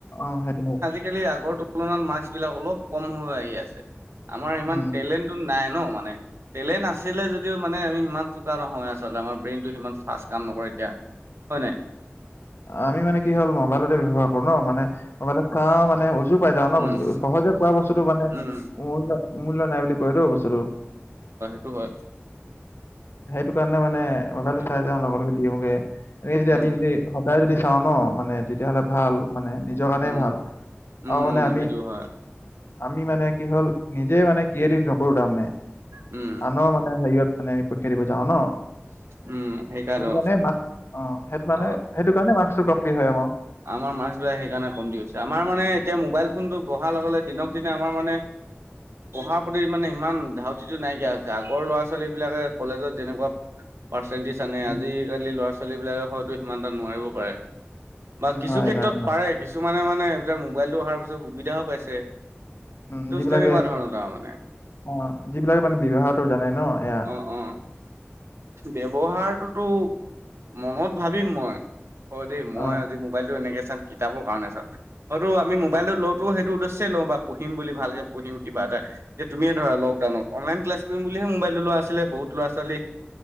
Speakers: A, on the left; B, on the right.
A: অ সেটো
B: আজিকালি আগৰ তুলনাত মাৰ্ক্স বিলাক অলপ কম হৈ হৈ আহি আছে। আমাৰ সিমান
A: উম
B: টেলেণ্ট নাই ন মানে। টেলেণ্ট আছিলে যদিও মানে আমি সিমান চোকা নহয় আচলতে। আমাৰ ব্ৰেইনটো সিমান ফাৰ্ষ্ট কাম নকৰে কিয়া। হয় নাই?
A: আমি মানে কি হ'ল মোবাইলতে ব্যৱহাৰ কৰো ন মানে মোবাইলত চা মানে উজু পাই যাও ন
B: উম,
A: বস্তুটো। সহজে পোৱা বস্তুটো মানে
B: উম,
A: মূল্ মূল্য নাই বুলি কয়তো বস্তুটো।
B: টো হয়।
A: সেইটো কাৰণে মানে মোবাইল
B: সেইটো
A: চাই যাওঁ লগে লগে দিয়োগে। এই যদি
B: উম,
A: আমি সেই সদায় যদি চাওঁ ন মানে তেতিয়াহ'লে ভাল, মানে নিজৰ কাণেই
B: উম,
A: ভাল।
B: উম,
A: আও মানে
B: উম,
A: আমি
B: সেইটো হয়,
A: আমি মানে কি হল নিজেই মানে ক্ৰিয়েটিভ জক কৰো তাৰ মানে।
B: উম,
A: আনৰ মানে হেয়িয়ত মানে আমি প ৰীক্ষা দিব যাওঁ ন।
B: উম, সেইকাৰণে
A: সেটো কাণে মাৰ্ক্স অ সেট
B: অ',
A: সেটো কাৰণে মাৰ্ক্সটো কমটি হয় আক'।
B: আমাৰ মাৰ্ক্সবিলাক সেইকাৰণে কমটি হৈছে। আমাৰ মানে এতিয়া মোবাইল ফোনটো বঢ়া লগে লগে দিনক দিনে আমাৰ মানে পঢ়া প্ৰতি মানে ইমান ধাউতিটো নাইকিয়া হৈছে। আগৰ ল'ৰা ছোৱালী বিলাকে কলেজত যেনেকুৱা পাৰ্চেণ্টিজ আনে।
A: উম,
B: আজিকালি ল'ৰা ছোৱালীবিলাকে হয়তো সিমানটা নোৱাৰিবও পাৰে। বা কিছু
A: নোৱাৰে
B: ক্ষেত্ৰত
A: নোৱাৰে নোৱাৰে
B: পাৰে কিছুমানে মানে এতিয়া মোবাইলটো অহাৰ পিছত সুবিধাও পাইছে।
A: উম
B: ত'
A: যিবিলাকে
B: তেনেকুৱা ধৰণৰ তাৰ মানে,
A: অ যিবিলাকে মানে ব্যৱহাৰটো জানে ন এয়া।
B: অ', অ', ব্যৱহাৰটোতো মনত ভাবিম মই হয় দেই, মই
A: অ
B: আজি মোবাইলটো এনেকে চাম, কিতাপ কাৰণে চাম। হয়টো আমি মোবাইলটো লওতো সেইটো উদ্দেশ্যই লওঁ বা পঢ়িম বুলি ভালকে পঢ়িম কিবা এটা। এ তুমিয়ে ধৰা লকডাউনত অনলাইন ক্লাছ কৰিম বুলিহে মোবাইলটো লোৱা আছিলে বহুত লৰা ছোৱালী।